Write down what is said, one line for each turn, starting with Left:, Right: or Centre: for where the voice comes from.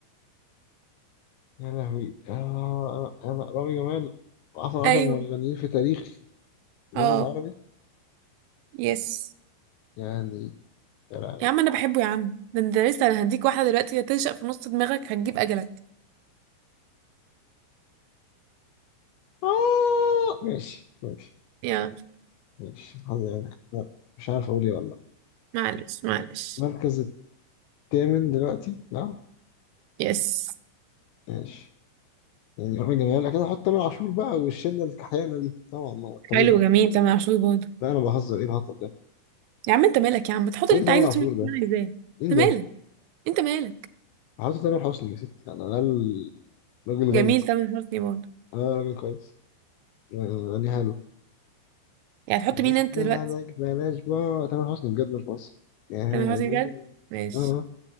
Left: يا لهوي آه أنا أنا رامي جمال أحسن 10
Right: ايوه
Left: مغنيين في تاريخ الوطن
Right: اه
Left: العربي
Right: يس
Left: يعني يا لهوي
Right: يا عم انا بحبه يا عم ده انت لسه انا هديك واحده دلوقتي هتنشأ في نص دماغك هتجيب اجلك
Left: آه ماشي ماشي
Right: يلا
Left: ماشي حظي يعني لا، مش عارف اقول ايه والله
Right: معلش معلش
Left: المركز الثامن دلوقتي لا
Right: يس
Left: ماشي يعني احنا جماهير لكن احط تامر عاشور بقى والشله الكحيانه دي طبعا ما طبيعي
Right: حلو جميل
Left: لا,
Right: تمام عاشور برضه
Left: لا انا بهزر ايه الهطل ده
Right: يا عم انت مالك يا عم تحط
Left: ايه
Right: اللي
Left: اللي
Right: انت
Left: تامر
Right: عايزه
Left: عاشور
Right: وتعمل اللي
Left: ده
Right: انا عايزاه
Left: مين
Right: انت
Left: ده
Right: مالك انت مالك
Left: هحط تامر حسني يا ستي يعني انا ال- راجل غني
Right: جميل تامر حسني برضه
Left: انا راجل كويس يعني غني حلو
Right: يعني تحط
Left: يعني
Right: مين انت
Left: بعدك
Right: دلوقتي
Left: بلاش بقى تامر حسني بجد مش مصر يعني
Right: تامر حسني بجد ماشي
Left: اه